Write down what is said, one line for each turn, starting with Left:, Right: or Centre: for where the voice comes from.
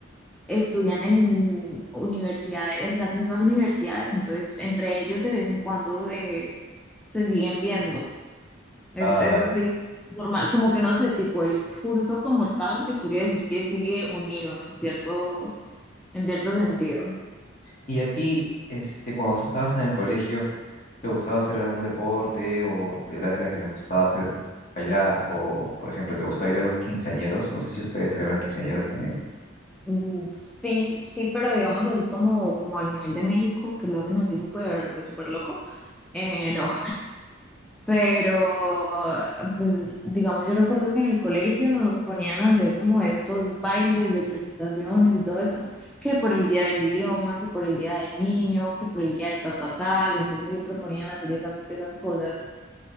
Centre: estudian en universidades, en las mismas universidades, entonces entre ellos de vez en cuando eh, se siguen viendo. Es,
Left: Ah,
Centre: eso
Left: vale.
Centre: sí, normal, como que no sé, tipo el curso como tal, te podría decir que sigue unido en cierto, en cierto sentido.
Left: Y a ti, este, cuando tú estabas en el colegio, ¿te gustaba hacer algún deporte o te- eras de la que le gustaba hacer bailar o, por ejemplo, te gustaba ir a los quinceañeros? No sé si ustedes celebran quinceañeros también. <laughs>
Centre: Mm, Sí, sí, pero digamos así como, como al nivel de México, que lo hacen así súper, súper loco, eh, no, pero pues digamos, yo recuerdo que en el colegio nos ponían a hacer como estos bailes de presentaciones y todo eso, que por el día del idioma, que por el día del niño, que por el día de ta, ta, tal, entonces siempre ponían a hacer esas, esas cosas.